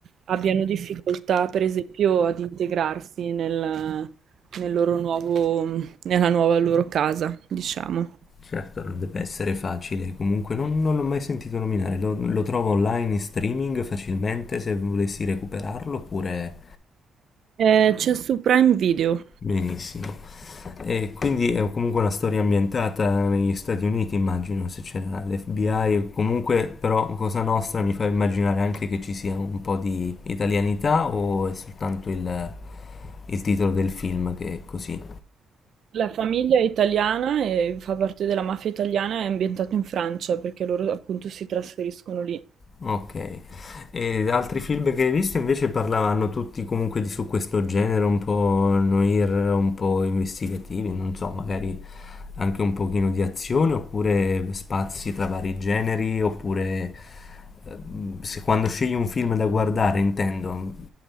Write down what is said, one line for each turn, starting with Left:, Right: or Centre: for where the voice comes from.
Right: abbiano difficoltà, per esempio, ad integrarsi nel, nel loro nuovo, mm, nella nuova loro casa, diciamo.
Left: Certo, non deve essere facile. Comunque non, non l'ho mai sentito nominare. Lo, lo trovo online in streaming facilmente se volessi recuperarlo oppure
Right: Eh, c'è su Prime Video.
Left: benissimo. E quindi è comunque una storia ambientata negli Stati Uniti, immagino, se c'era l'FBI, o comunque però Cosa Nostra mi fa immaginare anche che ci sia un po' di italianità o è soltanto il, il titolo del film che è così?
Right: La famiglia è italiana e fa parte della mafia italiana, è ambientato in Francia perché loro appunto si trasferiscono lì.
Left: Ok. E altri film che hai visto invece parlavano tutti comunque di su questo genere un po' noir, un po' investigativi, non so, magari anche un pochino di azione, oppure spazi tra vari generi, oppure eh, se quando scegli un film da guardare, intendo,